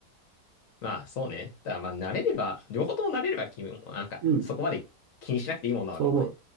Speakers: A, on the left; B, on the right.
A: まあ、そうね。ただまあ、慣れれば、両方とも慣れれば、君も、なんか、
B: うん。
A: そこまで気にしなくていいもんなのかもね。
B: そう思う。